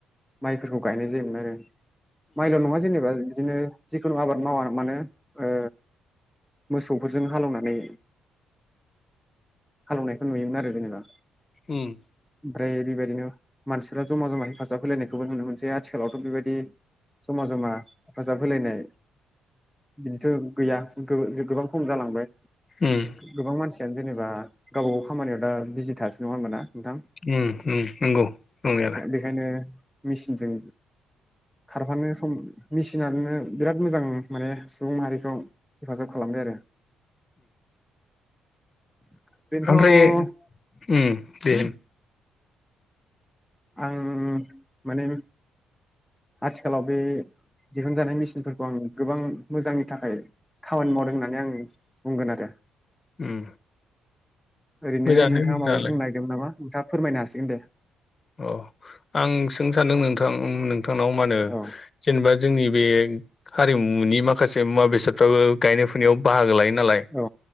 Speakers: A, in the centre; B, on the left (about 30°).
A: माइफोरखौ गायनाय जायोमोन आरो माइल' नङा जेनेबा बिदिनो जिखुनु आबाद मावा मानो ओ मोसौफोरजों हालेवनानै हालेनायखौ नुयोमोन आरो जेनेबा
B: उम
A: ओमफ्राय बेबायदिनो मानसिफोरा जमा जमा हेफाजाब होलायनायखौ बेखौबो नुनो मोनसै आथिखालावथ' बेबायदि जमा जमा हेफाजाब होलायनाय बिदिथ' गैया गो गोबां खम जालांबाय
B: उम
A: गोबां मानसियानो जेनेबा गावबा गाव खामानियाव दा बिजि थासै नङा होमबा ना नोंथां
B: उम उम नंगौ नंनायालाय
A: बेखायनो मेचिनजों खारफानो सम मेचिनो बिराद मोजां माने सुबुं माहारिखौ हेफाजाब खालामो बाय आरो ओरैनोथ'
B: ओमफ्राय उम दे
A: आं माने आथिखालाव बे दिहुनजानाय मेचिनफोरखौ आं गोबां मोजांनि थाखाय खामानि मावदों होननानै आं बुंगोन आरो
B: उम
A: ओरैनो
B: मोजाङानो
A: नोंथाङा
B: मोजाङालाय
A: माबा बुंनो नागिरदोंमोन नामा नोंथाङा फोरमायनो हासिगोन दे
B: अ आं सोंनो सान्दों नोंथां नों नोंथांनाव मा होनो
A: औ
B: जेनेबा जोंनि बे हारिमुनि माखासे मुवा बेसादफ्राबो गायनाय फुनायाव बाहागो लायो नालाय
A: औ